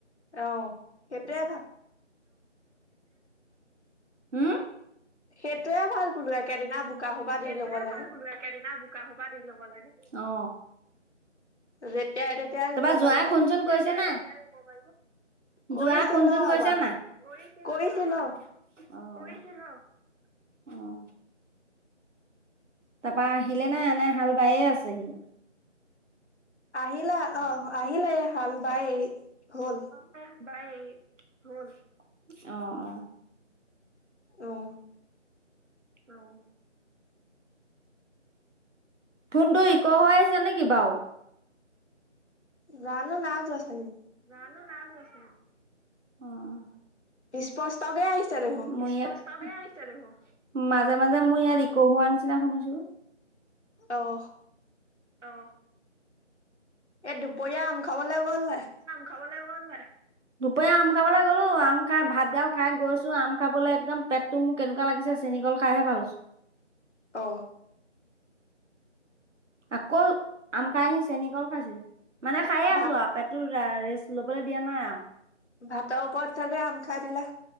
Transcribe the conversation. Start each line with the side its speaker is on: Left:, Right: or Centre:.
Left: অ সেইটোৱে ভাল
Right: উম
Left: সেইটোয়ে ভাল বোলো একেদিনা বোকা সোপা
Right: সেইটোয়ে
Left: দি ল'ব লাগে।
Right: ভাল বলো একেদিনা বোকা সোপা দি ল'ব লাগে অ
Left: যেতিয়াই তেতিয়াই ৰুব
Right: তোমাৰ যোৱাই
Left: পাৰিব
Right: ফোনচোন কৰিছে নে নাই
Left: কৰিছিল
Right: যোৱাই ফোন চোন
Left: অ'
Right: কৰিছে
Left: এবাৰ
Right: নে নাই অহ
Left: কৰিছিল অ'।
Right: কৰিছিল অ অ তাপা আহিলে নাই এনে হাল বায়ে আছেহি
Left: আহিলা অ আহিলে এই হাল বাই হ'ল
Right: <unintelligible> অ অ
Left: অহ
Right: অহ ফোনটো ইকৌ' হৈ আছে নেকি বাওঁ
Left: জানো নাই যোৱা ছাগে
Right: জানো নাই জোৱা চান অহ
Left: স্পষ্টকে আহিছে দেখোন
Right: মোৰ ইয়াত <unintelligible> মাজে মাজে মই ইয়াত ইক হোৱা নিচিনা শুনিছো
Left: অ
Right: অ
Left: এই দুপৰীয়া আম খাবলে গ'ল নাই
Right: খাবলে গ'ল নাই? দুপৰীয়া আম খাবলে গ'লো আম খাই ভাত গাল খাই গৈছো আম খাবলৈ একদম পেট টো মোৰ কেনেকুৱা লাগিছে চেনি কল খাইহে ভাল হৈছে
Left: অ
Right: আকৌ আম খাইহি চেনী কল খাইছোহি মানে খাইয়ে
Left: ভাত
Right: আছো আও পেট টোৰ ৰেষ্ট ল'বলে দিয়া নাই আও
Left: ভাতৰ ওপৰত চাগে আম খাই দিলা